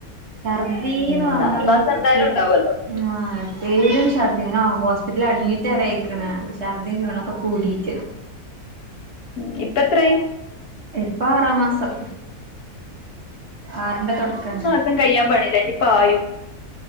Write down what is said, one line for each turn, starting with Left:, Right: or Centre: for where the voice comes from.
Right: ഛർദീന്ന്
Left: ഉം
Right: പറഞ്ഞാല്
Left: നാല് മാസം
Right: പ്പി
Left: എന്തായാലും ഉണ്ടാവുമല്ലോ
Right: ആഹ്, എ പേരും ഛർദ്ദി, ഞാനാ ഓ ഹോസ്പിറ്റലിൽ അഡ്മിറ്റരെ ആയിക്ക്ണ്. ഛർദ്ദിം ക്ഷീണോക്കെ കൂടി <unintelligible>
Left: ഉം, ഇപ്പത്രായി?
Right: ഇപ്പ ആറാമാസം ആറിന്റെ തൊടക്കാണ്.
Left: പ്പം കയ്യാൻ പണില്ല. ഞ് പായും